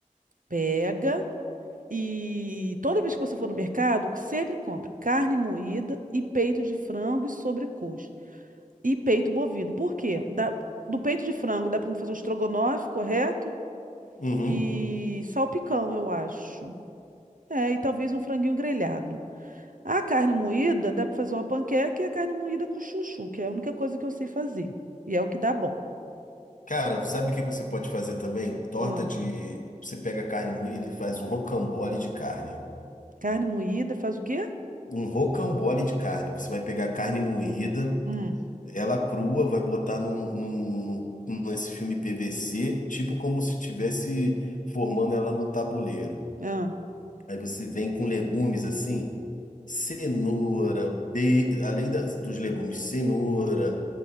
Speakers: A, on the right; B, on the left.
A: pega e toda vez que você for no mercado, sempre compre carne moída e peito de frango e sobrecoxa e peito bovino. Por quê? Dá- do peito de frango dá para fazer o estrogonofe, correto?
B: Uhum.
A: E salpicão, eu acho. É, e talvez um franguinho grelhado. A carne moída dá para fazer uma panqueca e a carne moída com chuchu, que é a única coisa que eu sei fazer. E é o que dá bom.
B: Cara, sabe o que você pode fazer também? Torta
A: Ah,
B: de. Você pega carne moída e faz um rocambole de carne.
A: carne moída faz o quê?
B: Um rocambole de carne. Você vai pegar a carne moída,
A: Hum,
B: ela crua, vai botar num, num, num- nesse filme PVC, tipo como se tivesse formando ela num tabuleiro.
A: ah.
B: Aí você vem com legumes assim, cenoura, be... além das, dos legumes, cenoura,